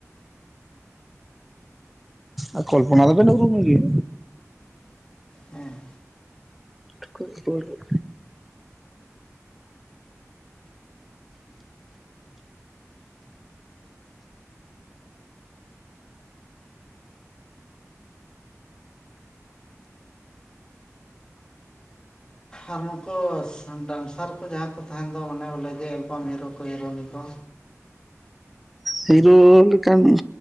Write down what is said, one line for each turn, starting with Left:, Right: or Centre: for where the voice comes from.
Centre: ᱟᱨ ᱠᱚᱞᱯᱚᱱᱟ ᱫᱚ ᱵᱮᱱ ᱨᱩᱢᱼᱮ ᱜᱮᱭᱟ
Left: ᱦᱮᱸ
Centre: <unintelligible> ᱠᱚ <unintelligible>
Left: ᱟᱨ ᱱᱩᱠᱩ ᱰᱟᱱᱥᱟᱨ ᱠᱚ ᱡᱟᱦᱟᱸ ᱠᱚ ᱛᱟᱦᱮᱱ ᱫᱚ ᱚᱱᱮ ᱵᱚᱞᱮ ᱡᱮ ᱮᱞᱵᱟᱢ ᱦᱤᱨᱳ ᱠᱚ ᱦᱤᱨᱳᱭᱤᱱ ᱠᱚ
Centre: ᱦᱤᱨᱳ ᱞᱮᱠᱟᱱ ᱤᱡ